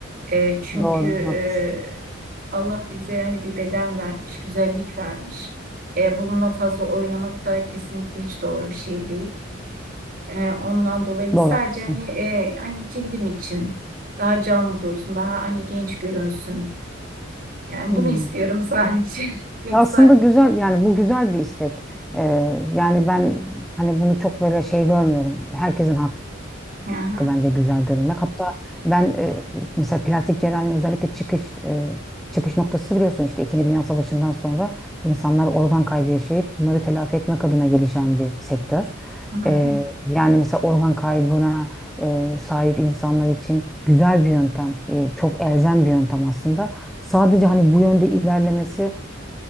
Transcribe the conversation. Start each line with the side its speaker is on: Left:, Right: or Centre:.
Right: E, çünkü
Centre: Doğru
Right: e,
Centre: haklısın.
Right: Allah bize hani bir beden vermiş, güzellik vermiş. E, bununla fazla oynamak da kesinlikle hiç doğru bir şey değil. E, ondan dolayı
Centre: Doğru
Right: sadece
Centre: haklısın.
Right: hani e, hani cildim için daha canlı dursun, daha hani genç görünsün. Yani
Centre: Hmm.
Right: bunu istiyorum sadece. <laughs> Yoksa
Centre: Aslında güzel yani bu güzel bir istek. E, yani ben hani bunu çok böyle şey görmüyorum. Herkesin hakkı.
Right: Aha,
Centre: bence güzel görünmek. Hatta ben e, mesela plastik cerrahinin özellikle çıkış e, çıkış noktası biliyorsun işte İkinci Dünya Savaşı'ndan sonra insanlar organ kaybı yaşayıp bunları telafi etmek adına gelişen bir sektör.
Right: aha,
Centre: E, yani mesela organ kaybına e, sahip insanlar için güzel bir yöntem, e, çok elzem bir yöntem aslında. Sadece hani bu yönde ilerlemesi